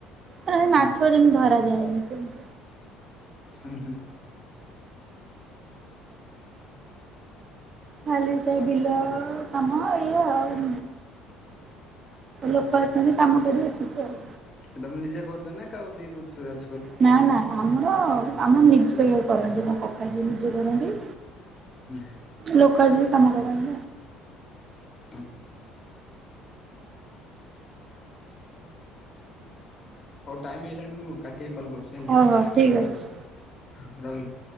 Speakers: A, on the right; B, on the left.
A: ଆଁ ହେ
B: ହୁଁ
A: ମାଛ ଯେମିତି ଧରା ଯାଏନି ସେମତି।
B: ହୁଁ ହୁଁ।
A: ଖାଲି ସେ ବିଲ କାମ ଏୟା ଆଉ। ଲୋକ ଅଛନ୍ତି କାମ କରିବ ଏତିକି ଆଉ।
B: ଏ ତମେ ନିଜେ କରୁଚ ନା କାହାକୁ ଦେଇଦଉଚ?
A: ନା ନା ଆମର ଆମ ନିଜ ଇଏ କରନ୍ତି। ମୋ କକା ଯିଏ ନିଜେ କରନ୍ତି।
B: ହୁଁ।
A: ଲୋକ ଅସିକି କାମ କରନ୍ତି।
B: ହୁଁ ହଉ ଟାଇମ ହେଇଲାଣି ମୁଁ କାଟିକି କଲ୍ କରୁଚି।
A: ଓହୋ ଠିକ୍ ଅଛି।
B: ହଁ ରହିଲି।